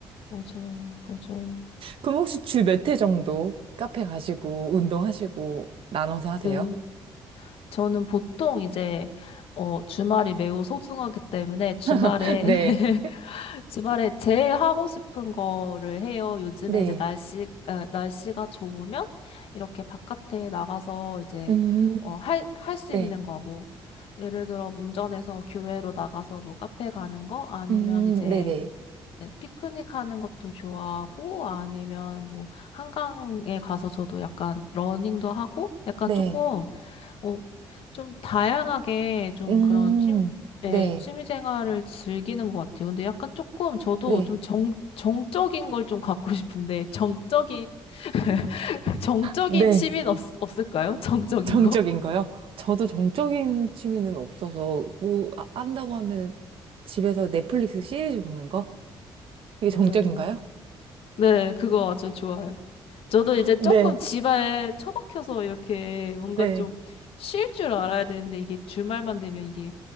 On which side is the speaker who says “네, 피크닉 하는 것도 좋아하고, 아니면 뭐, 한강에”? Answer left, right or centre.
Left